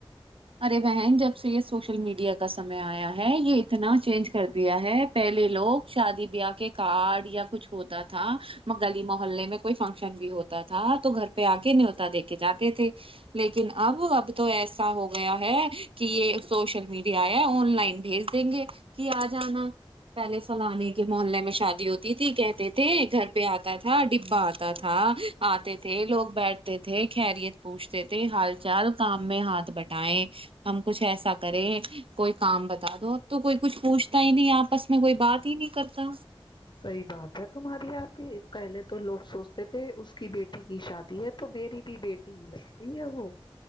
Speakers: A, on the right; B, on the left.
A: ارے بہن جب سے یہ سوشل میڈیا کا سمے آیا ہے یہ نا چینج کر دیا ہے پہلے لوگ شادی پہ کے کارڈ یا کچھ ہوتا تھا گلی محلے میں کوئی فنکشن بھی ہوتا تھا تو گھر پہ آ کے نہیں ہوتا دیکھ جاتے تھے لیکن اب اب تو ایسا ہوگا گیا ہے کہ یہ سوشل میڈیا ہے آن لائن بھیج دیں گے کہ آ جانا پہلے فلانے کے محلے میں شاد ہوتی تھی کہتے تھے گھر پہ آتا تھا ڈبا آتا تھا آتے تھے لوگ بیٹھ تھے خریت پوچھتے تھے حال چال کام میں ہاتھ بیٹھ ہم کچھ ایسا کریں کوئی کام بتا دو تو کوئی کچھ پوچھ نہیں آپس میں کوئی بات ہی نہیں کرتا
B: صحیح بات ہے تمہاری پہلے تو لوگ سوچتے تھے اس کی بیٹی کی شادی ہے تو میری بھی بیٹی ہی لگتی ہے وہ